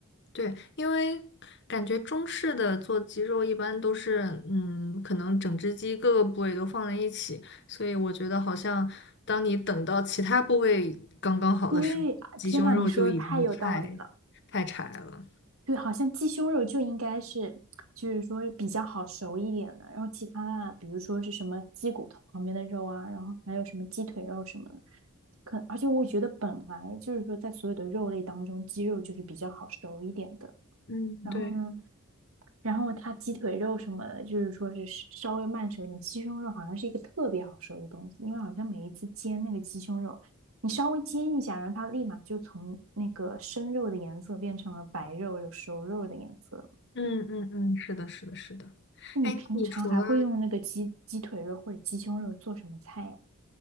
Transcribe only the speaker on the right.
对，啊天呐，
你说的太有道理了。对，好像鸡胸肉就应该是，就是说比较好熟一点的，然后其他的，比如说是什么鸡骨头旁边的肉啊，然后还有什么鸡腿肉什么的，可而且我觉得本来就是说在所有的肉类当中，鸡肉就是比较好熟一点的。
然后呢，
然后它鸡腿肉什么的，就是说是稍微慢熟一点，鸡胸肉好像是一个特别好熟的东西，因为好像每一次煎那个鸡胸肉，你稍微煎一下，然后它立马就从那个生肉的颜色变成了白肉有熟肉的颜色。
你平常还会用那个鸡鸡腿肉或者鸡胸肉做什么菜呀？